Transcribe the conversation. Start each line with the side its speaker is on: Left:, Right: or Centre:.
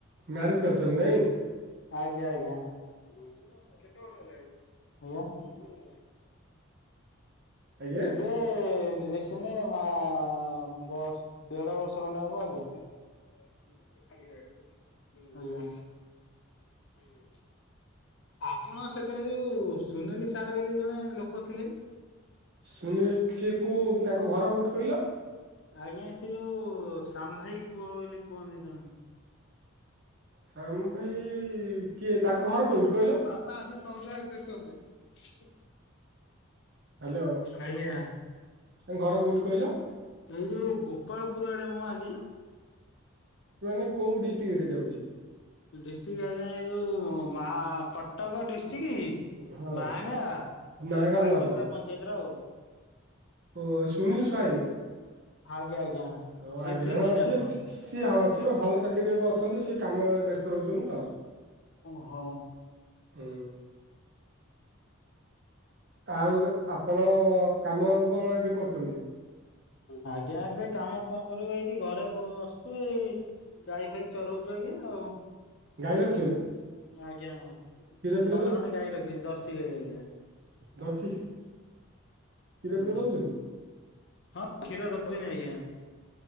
Right: ମ୍ୟାରେଜ କରିଛନ୍ତି ନାଇଁ
Left: ଆଜ୍ଞା ଆଜ୍ଞା, କେତେ ବର୍ଷ ହେଲାଣି? ଆଜ୍ଞା।
Right: ଆଜ୍ଞା
Left: ଏବେ ଡ୍ରେସ <unintelligible> ମା ବ ଦେଢ ବର୍ଷ ଖଣ୍ଡେ ହବ ଆଜ୍ଞା। ଆଜ୍ଞା, ଆଜ୍ଞା, ହୁଁ। ଆପଣ ସେକରେ ଯୋଉ ସୁନିଲ ସାର୍ ବୋଲି ଜଣେ ଲୋକ ଥିଲେ।
Right: ସୁନୀଲ ସେ କୋଉ ତାଙ୍କ ଘର କେଉଁଠି କହିଲ?
Left: ଆଜ୍ଞା ସେ ଯୋଉ ସାମ ଭାଇ ପୁଅ ବୋଲି କୁହନ୍ତି ତାଙ୍କୁ।
Right: ଶ୍ୟାମ ଭାଇ କିଏ ତାଙ୍କ ଘର କୋଉଠି କହିଲ?
Left: ପା ସେ ଚୌଦ୍ୱା ଷ୍ଟେସନ ରେ।
Right: ହ୍ୟାଲୋ
Left: ଆଜ୍ଞା।
Right: ତାଙ୍କ ଘର କୋଉଠି କହିଲ
Left: ଏଇ ଯୋଉ ଗୋପାଳପୁର ଆଡେ ମୁଁ ଆଜ୍ଞା।
Right: ମାନେ କୋଉ ଡିଷ୍ଟ୍ରିକ୍ଟ ରେ ଯାଉଛି?
Left: ଡିଷ୍ଟ୍ରିକ୍ଟ ଆଜ୍ଞା ଏଇ ଯୋଉ ମା ଖ କଟକ ଡିଷ୍ଟ୍ରିକ୍ଟ
Right: ହଁ
Left: ମାଙ୍ଗା
Right: ନାହାଙ୍ଗା
Left: ବାଜୁପୁର
Right: ବ୍ଲକ
Left: ପଞ୍ଚାୟତର ଆଉ।
Right: ଓ ସୁନୀଲ ସ୍ୱାଇଁ
Left: ଆଜ୍ଞା ଆଜ୍ଞା
Right: ଓ
Left: ଠିକ
Right: ଆଜ୍ଞା
Left: ଚିନିଛନ୍ତି
Right: ହଁ ସିଏ
Left: ଆପଣ।
Right: ସିଏ ହଁ ସିଏ ବା ଭଲ ଚାକିରି ଏବେ ଅଛନ୍ତି ସିଏ କାମ ବ୍ୟସ୍ତ ରହୁଛନ୍ତି ତ।
Left: ଓହୋ।
Right: ହୁଁ ଆଉ ଆପଣ କାମ ଆଉ କଣ ଏବେ କରୁଛନ୍ତି?
Left: ଆଜ୍ଞା ଏବେ କାମ କଣ କରିବୁ ଏଇଠି ଘରେ ବସଚୁ ଏଇ। ଗାଇ ଫାଇ ଚରଉଛୁ ଆଜ୍ଞା ଆଉ।
Right: ଗାଈ ର
Left: ଆଜ୍ଞା ଛଅଟା
Right: ଫିର
Left: ଖଣ୍ଡେ ଗାଈ ରଖିଛି ଦର୍ଶି ଗାଈ ଆଜ୍ଞା।
Right: ଦର୍ଶି କ୍ଷୀର
Left: ଆଜ୍ଞା
Right: ଫୀର ଦଉଛନ୍ତି?
Left: ହଁ କ୍ଷୀର ଦଉଛନ୍ତି ଆଜ୍ଞା।